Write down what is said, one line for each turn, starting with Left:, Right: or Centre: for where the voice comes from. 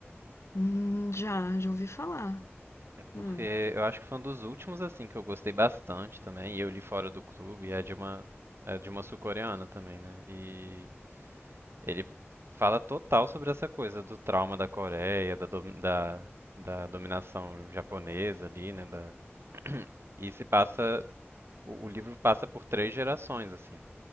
Left: Hum, já, já ouvi falar.
Right: Porque
Left: Hum.
Right: eu acho que foi um dos últimos, assim, que eu gostei bastante também. E eu li fora do clube. É de uma, é de uma sul-coreana também, né? E ele fala total sobre essa coisa do trauma da Coreia, da, dom- da, da dominação japonesa ali, né? Da... E se passa. O o livro passa por três gerações, assim.